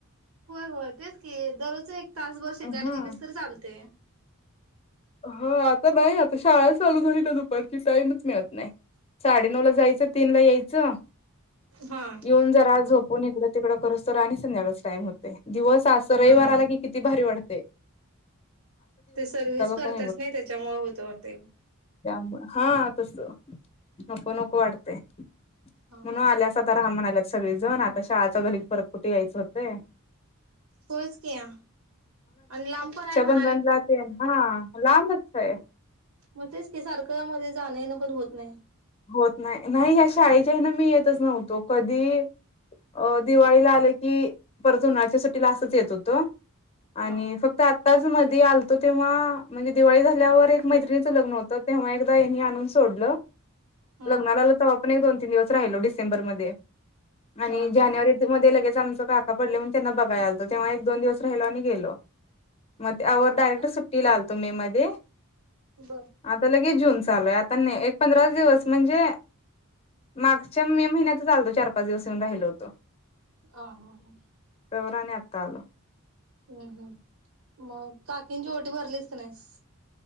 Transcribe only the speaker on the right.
होय, होय! तेच की दररोज एक तासभर शिकायला
गेलीस तर चालतंय.
हा
हा
ते सर्विस
करतच नाही त्याच्यामुळे होत ते.
हा
होयच की या आणि लांब पण आहे मला.
म तेच की, सारखं मधे जाणं येणंपण होत नाय.
हा
हम्म
हा
हो
का?
बर.
आ हा हा.
हम्म हम्म, मग काकींची ओटी भरलीस का नाहीस?